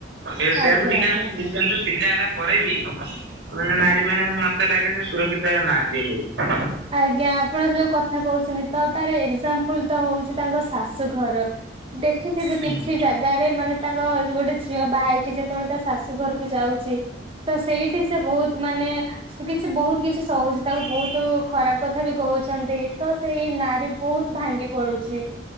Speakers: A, on the right; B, on the right.
A: ଏ ସେଲ୍
B: ଆଜ୍ଞା
A: ଦେଖା
B: ଆଜ୍ଞା।
A: ଡିଫେନ୍ସ। ଶିଖା ହେଲା ପରେ ବି ମାନେ ନାରୀ ମାନେ ମତେ ଲାଗେ ଯେ ସୁରକ୍ଷିତ ନାହାନ୍ତି ଏବେ।
B: ଆଜ୍ଞା ଆପଣ ଯୋଉ କଥା କହୁଛନ୍ତି ତ ତାର ଏଜ୍ଜାମ୍ପୁଲ ତ ହଉଛି ତାଙ୍କ ଶାଶୁଘର ଦେଖିଥିବେ
A: ହୁଁ
B: କିଛି ଜାଗାରେ ମାନେ ତାଙ୍କ ଗୋଟେ ଝିଅ ବାହା ହେଇକି ଯେତେବେଳେ ତା ଶାଶୁ ଘରକୁ ଯାଉଛି ତ ସେଇଠି ସେ ବହୁତ ମାନେ କିଛି ବହୁତ କିଛି ସହୁଛି ତାକୁ ବହୁତୁ ଖରାପ କଥା ବି କହୁଛନ୍ତି ତ ସେଇ ନାରୀ ବହୁତ ଭାଙ୍ଗି ପଡୁଛି।